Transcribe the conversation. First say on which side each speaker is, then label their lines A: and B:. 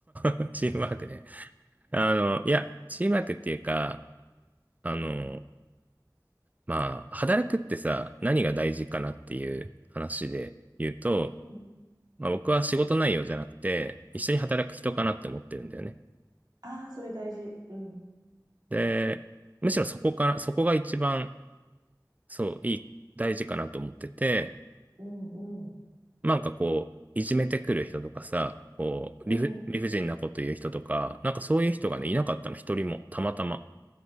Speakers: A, on the right; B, on the right.
A: ク <laughs> チームワークね。あの、いや、チームワークっていうか、あの、まあ、働くってさ、何が大事かなっていう話で言うと、
B: うん。
A: まあ、僕は仕事内容じゃなくて、一緒に働く人かなって思ってるんだよね。
B: ああ、それ大事。うん。
A: で、むしろそこから、そこが一番、そう、いい、大事かなと思ってて、
B: うん、うん。
A: なんかこう、いじめてくる人とかさ、こう、
B: うん。
A: 理不、理不尽なこと言う人とか、なんかそういう人がね、いなかったの、一人も、たまたま。